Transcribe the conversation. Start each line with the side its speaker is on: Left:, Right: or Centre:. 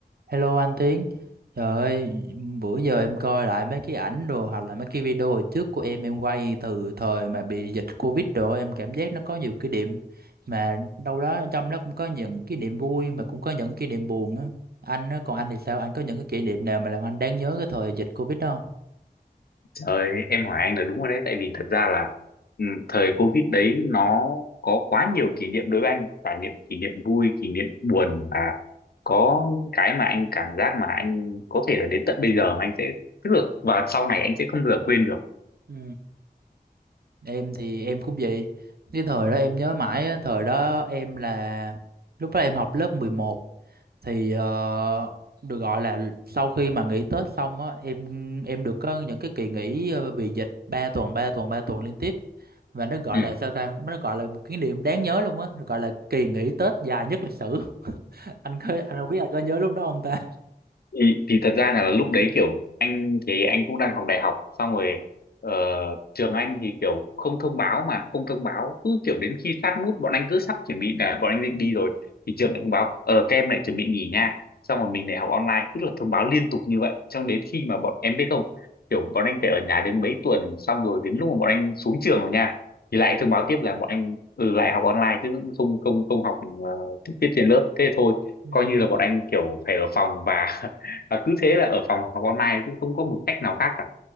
Right: Hello anh Tiến, trời ơi, bữa giờ em coi lại mấy cái ảnh đồ hoặc là mấy cái video hồi trước của em em quay từ thời mà bị dịch Covid đồ em cảm giác nó có nhiều kỷ niệm mà đâu đó trong đó cũng có những kỷ niệm vui mà cũng có những kỷ niệm buồn á. Anh á, còn anh thì sao? Anh có những cái kỷ niệm nào mà làm anh đáng nhớ cái thời dịch Covid đó không?
Left: Ờ, em hỏi anh là đúng rồi đấy tại vì thật ra là ừ, thời Covid đấy nó có quá nhiều kỷ niệm đối với anh và những kỷ niệm vui kỷ niệm buồn và có những cái mà anh cảm giác mà anh có thể là đến tận bây giờ mà anh sẽ tức là và sau này anh sẽ không bao giờ quên được
Right: Ừ. Em thì em cũng vậy. Cái thời đó em nhớ mãi á, thời đó em là lúc đó em học lớp 11. thì ờ, được gọi là sau khi mà nghỉ Tết xong á em em được có những cái kỳ nghỉ ờ, vì dịch 3 tuần 3 tuần 3 tuần liên tiếp và nó gọi
Left: ừ.
Right: là sao ta nó gọi là một kỷ niệm đáng nhớ luôn á gọi là kỳ nghỉ Tết dài nhất lịch sử <laughs> anh có anh không biết anh có nhớ lúc đó không ta
Left: thì, thì thật ra là lúc đấy kiểu anh thì anh cũng đang học đại học xong rồi ờ, trường anh thì kiểu không thông báo mà không thông báo cứ kiểu đến khi sát nút bọn anh cứ sắp chuẩn bị là bọn anh định đi rồi thì trường
Right: Ừ.
Left: lại thông báo ờ các em lại chuẩn bị nghỉ nha xong rồi mình lại học online tức là thông báo liên tục như vậy xong đến khi mà bọn em biết không kiểu bọn anh phải ở nhà đến mấy tuần xong rồi đến lúc mà bọn anh xuống trường rồi nha thì
Right: dạ
Left: lại thông báo tiếp là bọn anh ừ, lại học online chứ không không không học ờ, trực tiếp trên lớp thế thôi
Right: Ừ.
Left: coi như là bọn anh kiểu phải ở phòng và <laughs> và cứ thế là ở phòng học online chứ không có một cách nào khác cả